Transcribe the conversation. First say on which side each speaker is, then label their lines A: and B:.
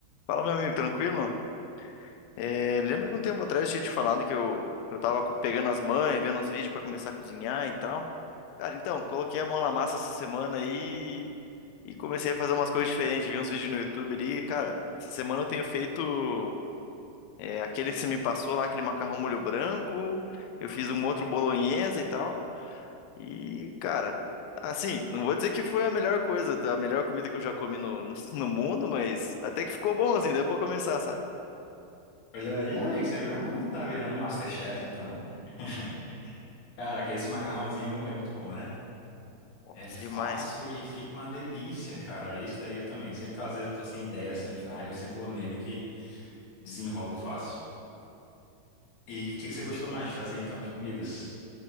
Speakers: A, on the left (about 85°); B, on the left (about 65°).
A: Fala, meu amigo, tranquilo? É, lembra que um tempo atrás eu tinha te falado que eu, eu tava co- pegando as manhas, vendo uns vídeos pra começar a cozinhar e tal. Cara, então, coloquei a mão na massa essa semana aí e comecei a fazer umas coisas diferentes, vi uns vídeos no YouTube ali. Cara, essa semana eu tenho feito é, aquele que você me passou lá, aquele macarrão molho branco, eu fiz um outro bolonhesa e tal. E, cara, assim, não vou dizer que foi a melhor coisa, a melhor comida que eu já comi no, no, <laughs> no mundo, mas até que ficou bom assim, deu pra começar, sabe?
B: Olha aí, amigo, você virou um, tá virando um Masterchef, então. <laughs> Cara, que esse macarrãozinho é muito bom, né?
A: Nossa,
B: É fácil
A: demais.
B: e fica uma delícia, cara. Esse daí eu também. Sempre que às vezes eu tô sem ideia assim, ah, eu sempre vou nele que desenrolo fácil. E o que que você gostou mais de fazer então de comidas?